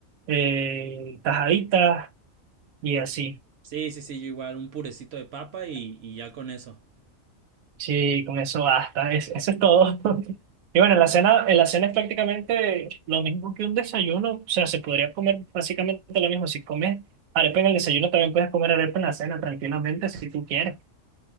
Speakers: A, on the right; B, on the right.
A: eh, tajadita y así.
B: Sí, sí, sí, yo igual, un purecito de papa y, y ya con eso.
A: Sí, con eso basta, es- eso es todo. <laughs> Y bueno, en la cena, en la cena es prácticamente lo mismo que un desayuno, o sea, se podría comer básicamente lo mismo. Si comes arepa en el desayuno, también puedes comer arepa en la cena tranquilamente si tú quieres.